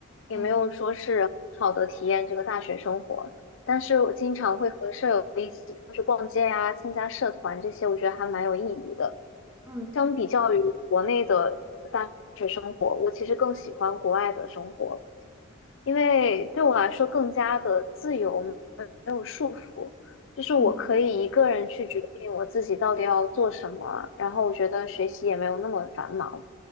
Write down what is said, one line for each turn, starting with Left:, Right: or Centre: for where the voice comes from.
Left: 也没有说是很好的体验这个大学生活。
Right: 哦
Left: 但是我经常会和舍友一起出去逛街呀、参加社团这些，我觉得还蛮有意义的。
Right: 嗯
Left: 相比较于国内的生活，我其实更喜欢国外的生活，因为对我来说更加的自由，没有束缚，就是我可以一个人去决定我自己到底要做什么，
Right: 嗯
Left: 然后我觉得学习也没有那么繁忙。